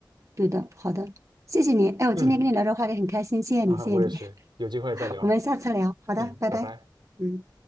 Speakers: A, on the right; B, on the right.
A: 对的，好的，谢谢你，哎，我今天跟你聊这个话题很开心，
B: 嗯，
A: 谢谢你，
B: 啊，
A: 谢谢你，
B: 我也是，
A: <laughs>
B: 有机会再聊。
A: 我们下次聊，好的，
B: 嗯，
A: 拜拜，
B: 拜拜。
A: 嗯。